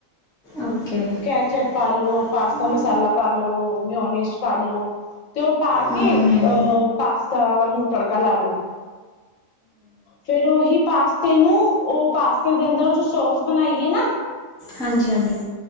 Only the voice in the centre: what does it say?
ਓਕੇ ਹੂੰ
ਹੂੰ ਹੂੰ
ਹਾਂਜੀ ਹਾਂਜੀ